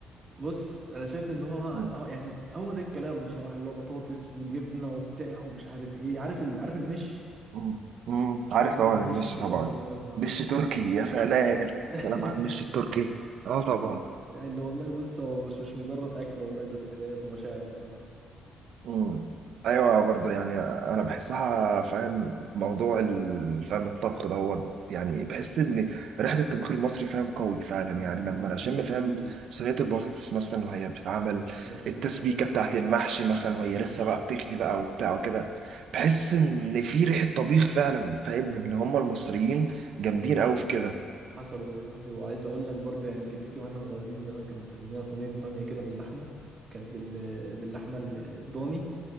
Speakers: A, on the right; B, on the right.
A: بص انا شايف ان هو
B: مم.
A: هو يعني هو ده الكلام بصراحه اللي هو بطاطس وجبنه وبتاع ومش عارف ايه عارف ال... عارف المش
B: مم. مم. عارف
A: حبه
B: طبعا
A: <laughs>
B: المش
A: مش
B: طبعا
A: برضو يا نهار
B: مش
A: ابيض
B: تركي يا سلام
A: <laughs>
B: سلام على المش التركي اه طبعا
A: يعني والله بص هو مش مش مجرد اكل والله ده ذكريات ومشاعر بصراحه
B: امم ايوه برضه يعني انا بحسها فاهم موضوع ال- فاهم الطبخ دوت يعني بحس ان ريحه الطبخ المصري فاهم قوي فعلا يعني لما انا اشم فاهم صينيه البطاطس مثلا وهي بتتعمل
A: يا سلام
B: التسبيكه بتاعت المحشي مثلا وهي
A: مم.
B: لسه بقى بتغلي بقى وبتاع وكده بحس ان في ريحه طبيخ فعلا فاهم ان هم المصريين جامدين قوي في كده
A: حصل والله وعايز اقول لك برضو يعني جدتي واحنا صغيرين زمان كانت بتعمل لنا صينيه باميه كده باللحمه كانت بال... باللحمه الضاني